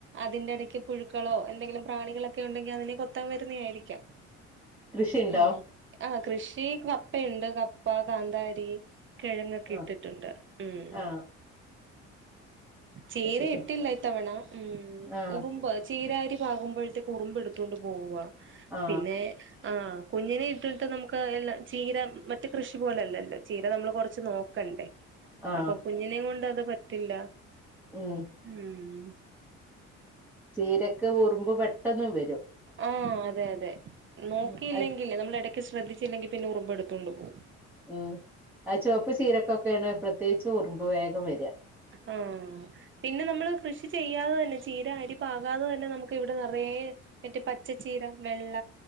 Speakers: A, on the right (about 35°); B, in the centre.
A: അതിന്റെ ഞെക്കി പുഴുക്കളോ എന്തെങ്കിലും പ്രാണികളൊക്കെ ഉണ്ടെങ്കിൽ അതിനെ കൊത്താൻ വരുന്നതായിരിക്കാം
B: തിണ്ടോ
A: ഉം ആ കൃഷി കപ്പയുണ്ട് കപ്പ കാന്താരി കിഴങ്ങൊക്കെ
B: ആ
A: ഇട്ടിട്ടുണ്ട് മ്
B: ആ
A: ചീര
B: ശരി
A: ഇട്ടില്ലാ ഇത്തവണ മ്
B: ആ
A: ഉറുമ്പ് ചീര കി പാകുമ്പോഴത്തേക്ക് ഉറുമ്പ് എടുത്തൊണ്ട് പോവുവാ
B: ആ
A: പിന്നെ ആ കുഞ്ഞിനെ ഇട്ടിട്ട് നമുക്ക് എല്ലാം ചീര മറ്റ് കൃഷി പോലെ അല്ലല്ലോ ചീര നമ്മൾ കൊറച്ച് നോക്കണ്ടേ
B: ആ
A: അപ്പൊ കുഞ്ഞിനെയും കൊണ്ട് അത് ത്തില്ല
B: ഉം
A: മ്
B: ചീരക്ക് ഉറുമ്പ് പെട്ടെ പെട്ടന്നും വരും
A: ആ അതെ അതെ നോക്കിയില്ലെങ്കില്
B: ഉം അത്
A: നമ്മള് എട ശ്രദ്ധിച്ചില്ലെങ്കിൽ പിന്നെ ഉറുമ്പ് എടുത്തു കൊണ്ട് പോവും
B: ഉം ആ ചുവപ്പ് ചീരക്കൊക്കെയാണ് പ്രത്യേകിച്ച് ഉറുമ്പ് വേഗം വെരിയ
A: ആഹ പിന്നെ നമ്മള് കൃഷി ചെയ്യാതെ തന്നെ ചീര അരി പാകാതെ തന്നെ നമുക്ക് ഇവിടെ നിറയെ മറ്റേ പച്ചച്ചീര വെള്ള